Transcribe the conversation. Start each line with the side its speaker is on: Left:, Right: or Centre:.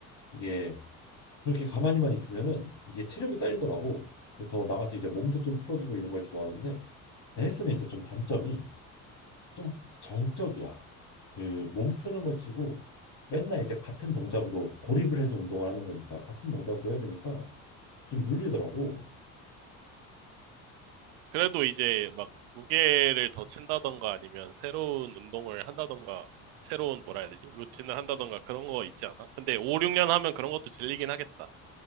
Left: 이게 그렇게 가만히만 있으면은 이게 체력이 딸리더라고. 그래서 나가서 이제 몸도 좀 풀어주고 이런 걸 좋아하는데 헬스는 이제 좀 단점이 좀 정적이야. 그 몸 쓰는 거 치고 맨날 이제 같은 동작으로 고립을 해서 운동을 하는 거니까 같은 동작으로 해야 되니까 좀 물리더라고.
Right: 그래도 이제 막 무게를 더 친다던가 아니면 새로운 운동을 한다던가 새로운 뭐라 해야 되지? 루틴을 한다던가 그런 거 있지 않아? 근데 5, 6년 하면 그런 것도 질리긴 하겠다.